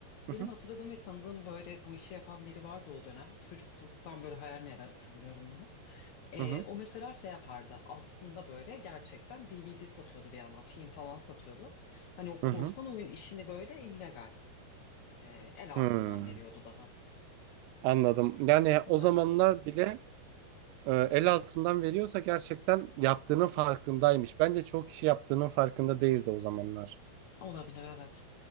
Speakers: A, on the left; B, on the right.
A: benim
B: Hı hı
A: hatırladığım ve tanıdığım böyle bu işi yapan biri vardı o dönem. Çocukluktan böyle hayal meyal hatırlıyorum bunu. Ee,
B: hı hı
A: o mesela şey yapardı aslında böyle gerçekten DVD satıyordu bir yandan film falan satıyordu. Hani o korsan
B: hı. hı.
A: oyun işini böyle illegal e, el altından
B: Hmm,
A: veriyordu daha.
B: Anladım. Yani
A: Evet
B: o zamanlar bile e, el altından veriyorsa gerçekten yaptığının farkındaymış. Bence çoğu kişi yaptığının farkında değildi o zamanlar.
A: olabilir evet